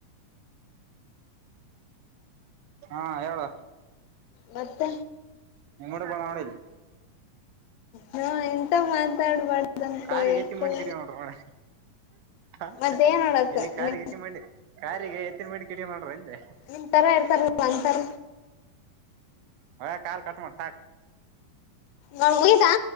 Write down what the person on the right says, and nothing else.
ಹಾ ಹೇಳ.
ನಮ್ಮಡೆ ಬಳಾಡಲ್ <unintelligible>
ಕಾರಿಗೆ
ಎತ್ತಿ ಮಿ ಕಡ ನೋಡ್ರ ನೋಡ. ಹ ಹ್
ಹ
ಎಲ್ಲಿ ಕಾರ್
ಗಿತಿ ಮಾಡೆ. ಕಾರಿಗೆ ಎತ್ತಿನ ಬಡಿ ಕಿಡಿ ಮಾಡ್ರ ಅಂದೆ.
ಹ ಕಾಲ ಕಟ್ ಮಾಡ ಸಾಕ.